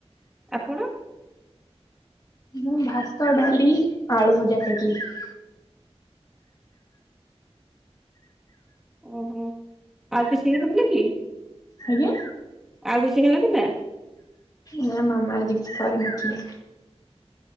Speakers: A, in the centre; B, on the left (about 35°).
A: ଆପଣ?
B: ମୁଁ ଭାତ ଡାଲି ଆଳୁ ଭଜା ଖାଇଥିଲି।
A: ଓହୋ ଆଉ କିଛି ହେଇନଥିଲା କି?
B: ଆଜ୍ଞା।
A: ଆଉ କିଛି ହେଇନଥିଲା?
B: ନା ମାମା ଆଜି କିଛି କରିନଥିଲେ।